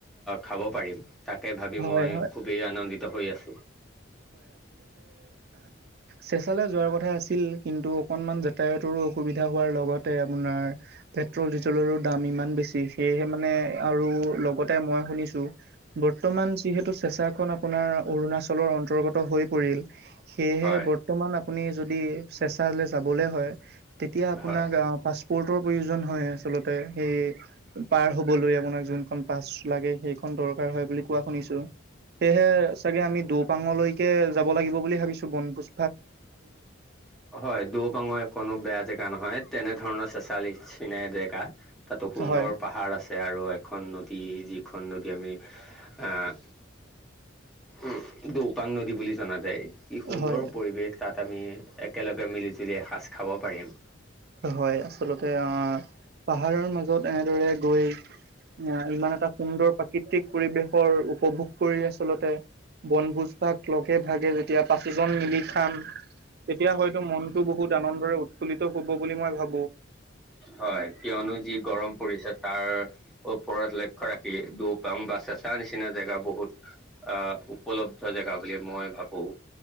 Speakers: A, in the centre; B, on the right.
A: খাব পাৰিম তাকে ভাবি
B: হয়
A: মই
B: হয়
A: খুবেই আনন্দিত হৈ আছোঁ।
B: চেঁচালে যোৱাৰ কথা আছিল কিন্তু অকনমান যাতায়তৰো অসুবিধা হোৱাৰ লগতে আপোনাৰ পেট্ৰল ডিজেলৰো দাম ইমান বেছি সেয়েহে মানে আৰু লগতে মই শুনিছোঁ বৰ্তমান যিহেতু চেচাখনন আপোনাৰ অৰুণাচল অঞ্চলৰ অৰ্ন্তগত হৈ পৰিল, সেয়েহে
A: হয়
B: বৰ্তমান আপুনি যদি চেঁচালে যাবলৈ হয় তেতিয়া আপোনাক
A: হয়
B: পাছপৰ্টৰ প্ৰয়োজন হয় আছে আচলতে সেই পাৰ হ'বলৈ আপোনাক যোন- খন পাছ লাগে সেইখন দৰকাৰ হয় বুলি কোৱা শুনিছোঁ সেয়েহে চাগে আমি দুপ- পাঙলৈকে যাব লাগিব বুলি ভাবিছোঁ বন পু-
A: হয় দৌবাঙৰ এক কোনো বেয়া জেগা নহয়- তেনেধৰণৰ চেচালি চনে জেকা- তাতো সুন্দৰ
B: হয়
A: পাহাৰ আছে আৰু এখন নদী যি- এখন নদী আমি আহ উম দৌপাং নদী বুলি জনা যায় - যায় ই সুন্দৰ
B: হয়
A: পৰিৱেশ তাত আমি একেলগে মিলি জুলি এসাজ খাব পাৰিম-
B: হয় আচলতে আহ পাহাৰৰ মাজত এনেদৰে গৈ- আহ ইমান এটা সুন্দৰ প্ৰাকৃতিক পৰিৱেশৰ উপভোগ কৰি আচলতে- বনভোজ ভাগ লগে ভাগে যে- এতিয়া পাচিজন মিলি খাম তেতিয়া হয়তো মনতো বহুত আনন্দৰে উৎফুল্লিত- ক'ব বুলি মই ভাবোঁ-
A: হয় কিয়নো যি - গৰম পৰিছে তাৰ ওপৰত লক্ষ্য ৰাখি দুপাং বা চে- চা নিচিনা জেগা বহুত আহ উপলব্ধ জেগা বুলি মই ভাবোঁ -